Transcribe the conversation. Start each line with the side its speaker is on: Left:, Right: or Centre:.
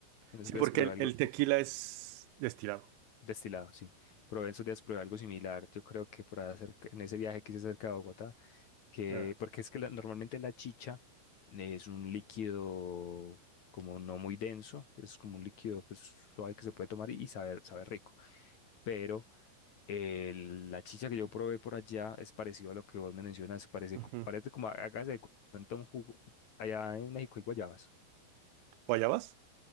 Left: en esos
Right: Sí,
Left: días
Right: porque
Left: probé
Right: el,
Left: algo
Right: el tequila
Left: pu-
Right: es destilado.
Left: destilado, sí. Probé en esos días probé algo similar. Yo creo que por hacer, en ese viaje que hice cerca de Bogotá, que,
Right: Ah,
Left: porque es que la- normalmente la chicha es un líquido como no muy denso, es como un líquido pues, suave que se puede tomar y, y saber, sabe rico. Pero eh, la chicha que yo probé por allá es parecido a lo que vos me mencionas, parece,
Right: ujú.
Left: co- parece como, hágase de cuenta un jugo allá en México hay guayabas.
Right: ¿Guayabas?